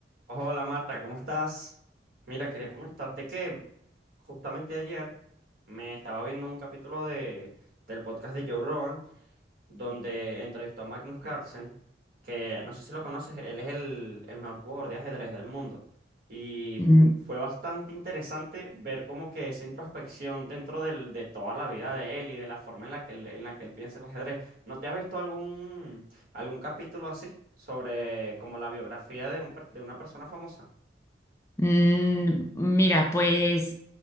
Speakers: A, on the right; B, on the left.
A: Hola Marta, ¿cómo estás? Mira, quería comentarte que justamente ayer me estaba viendo un capítulo de, del podcast de Joe Rogan, donde entrevistó a Magnus Carlsen, que no sé si lo conoces, él es el, el mejor jugador de ajedrez del mundo. Y
B: Mm,
A: fue bastante interesante ver como que esa introspección dentro del, de toda la vida de él y de la forma en la que él, en la que él piensa el ajedrez. ¿No te has visto algún, algún capítulo así sobre como la biografía de un per- de una persona famosa?
B: mm, mira, pues